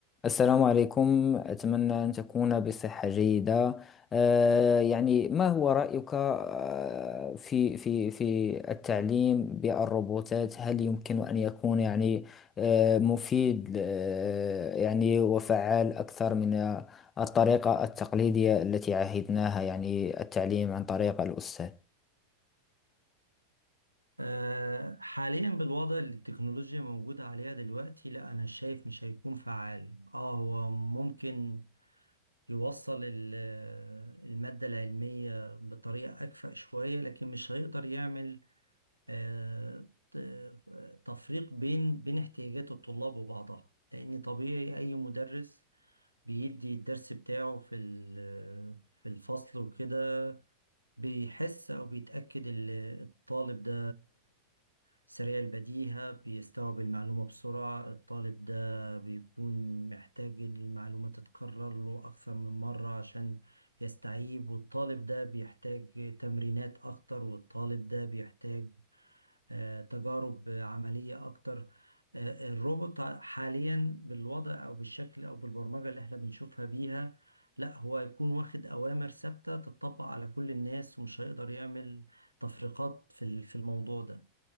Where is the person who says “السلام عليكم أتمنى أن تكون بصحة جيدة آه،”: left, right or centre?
Left